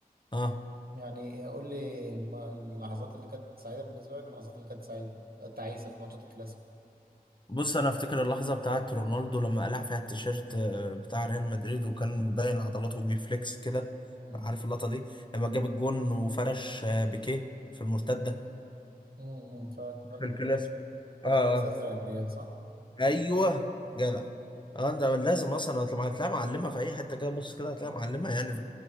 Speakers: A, on the left; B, on the right.
A: اه
B: يعني قول لي ما- اللحظات اللي كانت سعيدة بالنسبة لك اللحظات اللي كانت سعيدة تعيسة في ماتشات الكلاسيكو
A: بص انا افتكر اللحظه بتاعت رونالدو لما قلع فيها التيشيرت آه، بتاع ريال مدريد وكان مبين عضلاته وبيفليكس كده
B: امم
A: عارف اللقطه دي لما جاب الجون وفرش آه، بيكيه في المرتده
B: امم فاكر فاكر
A: في الكلاسيكو
B: فاكر فاكر
A: اه آه.
B: لابس ازرق الريال صح؟
A: ايوه جدع اه ده لازم اصلا هتلاقيها هتلاقيها معلمه في اي حته كده بص كده هتلاقيها معلمه يعني